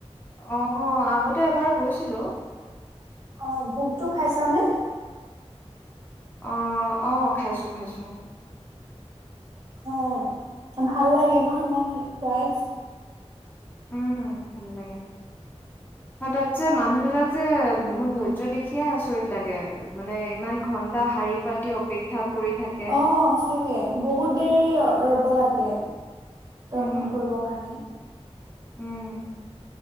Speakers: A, on the left; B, on the right.
A: অ', আগতে এবাৰ গৈছিলোঁ।
B: অ', ভোগটো খাইছানে?
A: অ', অ', খাইছো, খাইছো।
B: অ', ভাল লাগে ন', ইমান সোৱাদ।
A: উম, ভাল লাগে। আৰু তাত যে মানুহ বিলাক যে, মোৰ ধৈৰ্য দেখিয়ে আচৰিত লাগে। মানে ইমান ঘন্টা শাৰী-পাতি অপেক্ষা কৰি থাক
B: অ', সচাঁকে বহুত দেৰি ৰ-ৰ'ব লাগে। দৰ্শন
A: উম,
B: কৰিব কাৰণে।
A: উম।